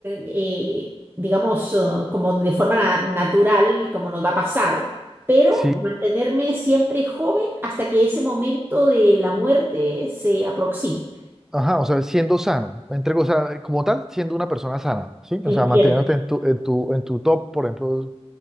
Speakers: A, on the right; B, in the centre.
A: eh, digamos, ah, como de forma na- natural, como nos va a pasar, pero
B: Sí.
A: mantenerme siempre joven hasta que ese momento de la muerte se aproxime.
B: Ajá, o sea, siendo sano, entre, o sea, como tal, siendo una persona sana, ¿sí? O sea,
A: Entiendo.
B: manteniéndote en tu, en tu, en tu top, por ejemplo,